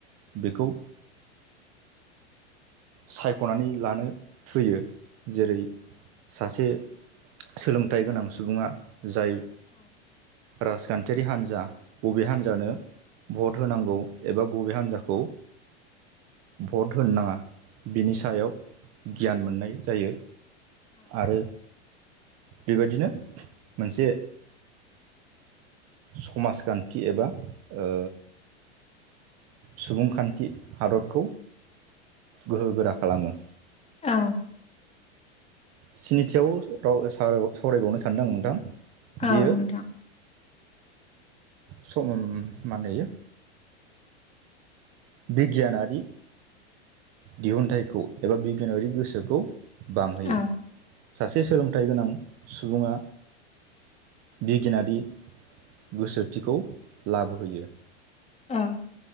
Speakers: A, on the right; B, on the left.
A: बेखौ
B: <inaudible>
A: सायख'नानै लानो फैयो जेरै सासे सोलोंथाइ गोनां सुबुङा जाय राजखान्थियारि हान्जा बबे हान्जानो भट होनांगौ एबा बबे हान्जाखौ भट होनो नाङा बिनि सायाव गियान मोननाय जायो आरो बेबायदिनो मोनसे समाजखान्थि एबा ओ सुबुंखान्थि हादरखौ गोहोगोरा खालामो।
B: औ।
A: स्निथियाव राव सावरायबावनो सान्दों आं नोंथां।
B: औ
A: बेयो
B: नोंथां।
A: सम मा होनो इयो बिगियानारि दिहुनथाइखौ एबा बिगियानारि गोसोखौ बांहोयो।
B: औ
A: सासे सोलोंथाइ गोनां सुबुङा बिगियानारि गोसोथिखौ लाबोहोयो।
B: औ।